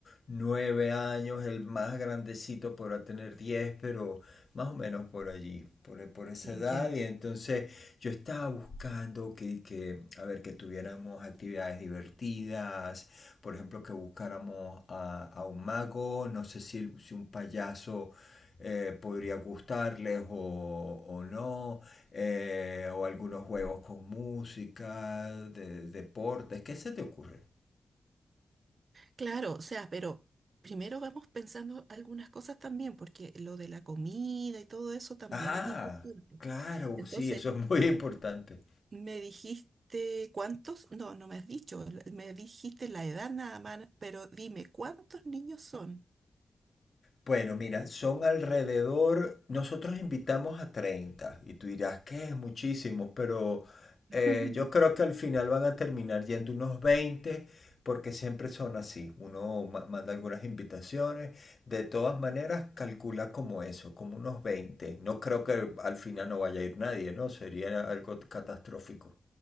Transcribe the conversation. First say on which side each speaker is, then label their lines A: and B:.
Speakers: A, on the left; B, on the right.
A: 9 años, el más grandecito podrá tener 10, pero más o menos por allí, por, e- por esa
B: Mm,
A: edad.
B: Ya.
A: Y entonces yo estaba buscando que, que, a ver, que tuviéramos actividades divertidas, por ejemplo, que buscáramos a, a un mago, no sé si, si un payaso eh, podría gustarles o, o no, eh, o algunos juegos con música, de, deportes, ¿qué se te ocurre?
B: Claro, o sea, pero primero vamos pensando algunas cosas también, porque lo de la comida y todo eso también
A: Ah,
B: es importante.
A: claro,
B: Entonces,
A: sí, eso es muy <laughs> importante.
B: Me dijiste cuántos, no, no me has dicho, l- me dijiste la edad nada más, pero dime, ¿cuántos niños son?
A: Bueno, mira, son alrededor, nosotros invitamos a 30 y tú dirás que es muchísimo, pero eh,
B: <laughs>
A: yo creo que al final van a terminar yendo unos 20, porque siempre son así. Uno ma- manda algunas invitaciones, de todas maneras calcula como eso, como unos 20. No creo que al final no vaya a ir nadie, ¿no? Sería algo catastrófico.